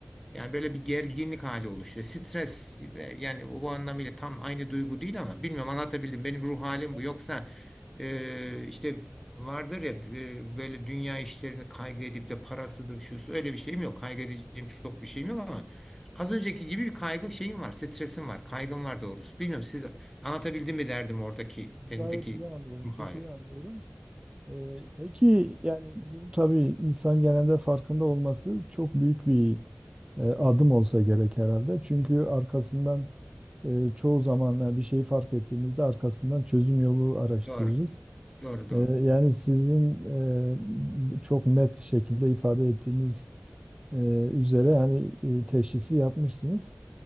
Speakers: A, in the centre; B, on the right.
A: Yani böyle bir gerginlik hali oluşuyor. Stres ve yani o bu anlamıyla tam aynı duygu değil ama bilmiyorum anlatabildim. Benim ruh halim
B: Anladım.
A: bu. Yoksa e, işte vardır ya e, böyle dünya işlerini kaygı edip de parasıdır şusu öyle bir şeyim yok. Kaygı edeceğim çok bir şeyim yok ama az önceki gibi bir kaygı şeyim var. Stresim var. Kaygım var doğrusu. Bilmiyorum siz anlatabildim mi derdim oradaki benimdeki
B: Gayet iyi anlıyorum,
A: ruh
B: çok
A: hali.
B: iyi anlıyorum. Ee, peki yani bunu tabii insan genelde farkında olması çok büyük bir e, adım olsa gerek herhalde. Çünkü arkasından e, çoğu zaman yani bir şeyi fark ettiğimizde arkasından çözüm yolu araştırırız.
A: Doğru. Doğru doğru.
B: E, yani sizin e, bu çok net şekilde ifade ettiğiniz e, üzere hani e, teşhisi yapmışsınız.